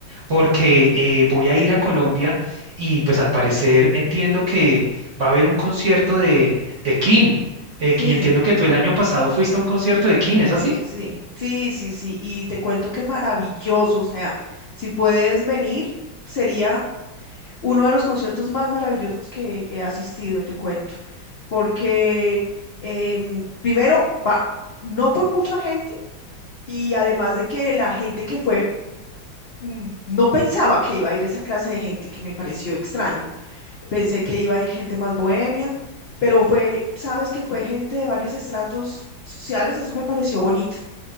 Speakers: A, on the right; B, on the left.
A: porque eh, voy a ir a Colombia y pues al parecer entiendo que va a haber un concierto de, de King eh,
B: Sí,
A: y entiendo que tú el año pasado fuiste a un concierto de King, ¿es así?
B: sí, sí, sí, sí. Y te cuento que maravilloso. O sea, si puedes venir, sería uno de los conciertos más maravillosos que he asistido, te cuento. Porque em, primero, va, no fue mucha gente y además de que la gente que fue, mm, no pensaba que iba a ir esa clase de gente, que me pareció extraño Pensé que iba a ir gente más bohemia, pero fue, sabes que fue gente de varios estratos sociales, eso me pareció bonito,